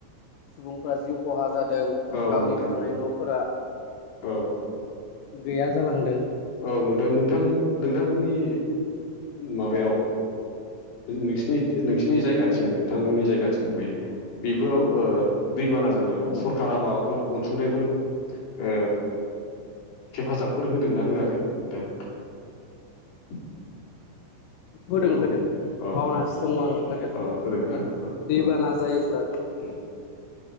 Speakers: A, on the left; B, on the left.
A: सुबुंफ्रा जिउ खहा जादों।
B: औ
A: गावनि
B: नोंथां।
A: थानाय न'फोरा
B: औ
A: गैया जालांदों।
B: औ नोंथां नोंथां
A: औ
B: नोंथांमोननि माबायाव, नोंसिनि नोंसिनि जायगाथिं नोंथांमोननि जायगाथिं बे बेफोराव ओ दैबाना जानायाव
A: औ
B: सरखारा माबाफोर अनसुंथाइफोर ओ हेफाजाबफोर होदोंनाा होआखै नोंथां
A: होदों
B: हेलौ
A: होदों होदों
B: औ
A: बावनास आं होदों
B: औ होदोंना
A: माने
B: औ औ
A: दैबाना जायोब्ला
B: <inaudible>